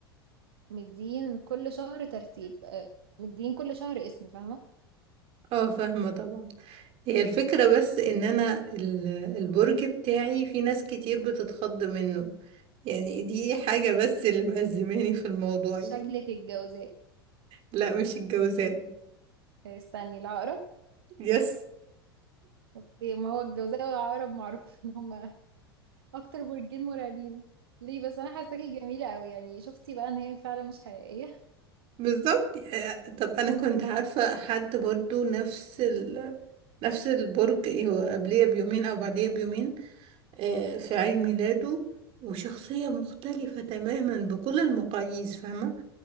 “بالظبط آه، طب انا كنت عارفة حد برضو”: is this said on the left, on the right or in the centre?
Right